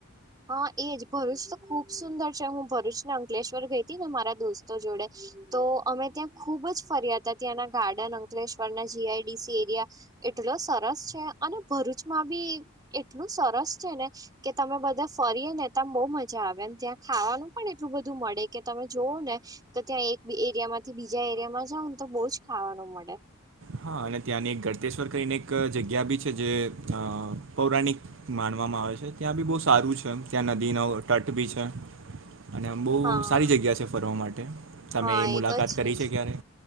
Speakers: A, on the right; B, on the right.
A: હા, એજ ભરૂચ તો ખુબ સુંદર છે, હું ભરૂચ ને અંકલેશ્વર ગઈ હતી ને મારા દોસ્તો જોડે તો અમે ત્યાં ખુબ જ ફર્યા હતા, ત્યાંના ગાર્ડન અંકલેશ્વરના જીઆઈડીસી એરિયા એટલો સરસ છે અને ભરૂચમાં બી એટલું સરસ છે ને કે તમે બધા ફરીએ ને ત બઉ મજા આવેને, ત્યાં ખાવાનું પણ એટલું બધું મળે કે તમે જોવો ને, તો ત્યાં એક એરિયામાંથી બીજા એરિયામાં જાઉ ને, તો બહુ જ ખાવાનું મળે.
B: હા અને ત્યાંની એક ગળતેશ્વર કરીને એક જગ્યા બી છે જે પૌરાણિક માનવામાં આવે છે, ત્યાં બી બહુ સારું છે, ત્યાં નદીનો તટ બી છે અને આમ બહુ
A: હા
B: સારી જગ્યા છે ફરવા માટે, તમે
A: હા
B: એ મુલાકાત
A: તો
B: કરી
A: જ
B: છે ક્યારે?